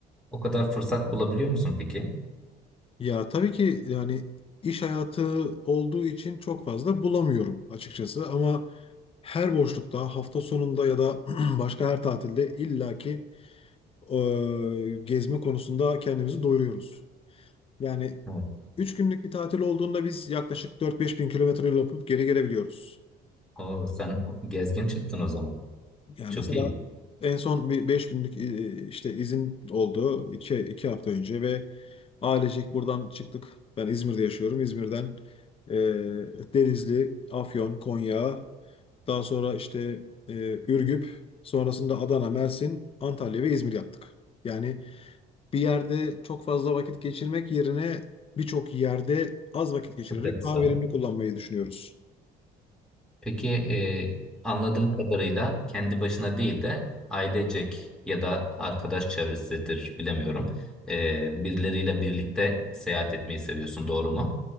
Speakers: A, in the centre; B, on the left.
A: O kadar fırsat bulabiliyor musun peki?
B: Ya tabii ki yani iş hayatı olduğu için çok fazla bulamıyorum açıkçası ama her boşlukta hafta sonunda ya da <clears throat> başka her tatilde illaki e, gezme konusunda kendimizi doyuruyoruz. Yani
A: Evet.
B: 3 günlük bir tatil olduğunda biz yaklaşık dört beş bin kilometre yol yapıp geri gelebiliyoruz.
A: Oo, sen gezgin çıktın o zaman.
B: Yani
A: Çok
B: mesela
A: iyi.
B: en son bir 5 günlük e, işte izin oldu iki iki hafta önce ve ailecek buradan çıktık. Ben İzmir'de yaşıyorum. İzmir'den e, Denizli, Afyon, Konya, daha sonra işte e, Ürgüp, sonrasında Adana, Mersin, Antalya ve İzmir yaptık. Yani bir yerde çok fazla vakit geçirmek yerine birçok yerde az vakit geçirerek
A: Çok da kısa.
B: daha verimli kullanmayı düşünüyoruz.
A: Peki e, anladığım kadarıyla kendi başına değil de ailecek ya da arkadaş çevresidir bilemiyorum. E, birileriyle birlikte seyahat etmeyi seviyorsun doğru mu?